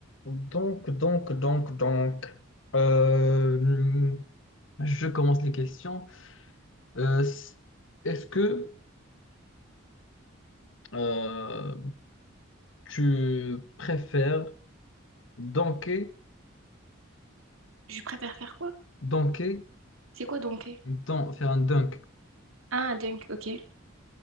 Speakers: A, on the left; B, on the right.
A: Donc, donc, donc, donc. Euh, je commence les questions. Euh, s- est-ce que euh, tu préfères dunker,
B: Je préfère faire quoi?
A: dunker,
B: C'est quoi dunker?
A: dun- faire un dunk?
B: Ah, dunk, ok.